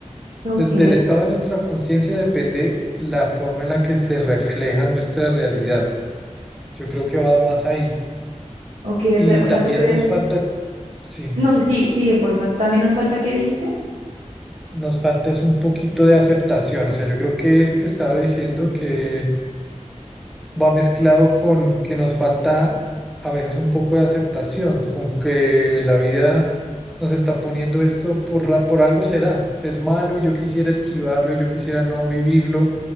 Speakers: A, on the right; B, in the centre.
A: ok,
B: Des- Del estado de nuestra conciencia depende la forma en la que se refleja nuestra realidad. Yo creo que va más ahí.
A: ok,
B: Y
A: o, te- o
B: también
A: sea, tú crees,
B: nos falta, sí.
A: no, sí, sí, sigue, porfa. También nos falta, ¿qué dijiste?
B: nos falta es un poquito de aceptación. O sea, yo creo que eso que estaba diciendo que va mezclado con que nos falta a veces un poco de aceptación, con que la vida nos está poniendo esto por, ra- por algo será. Es malo y yo quisiera esquivarlo y yo quisiera no vivirlo,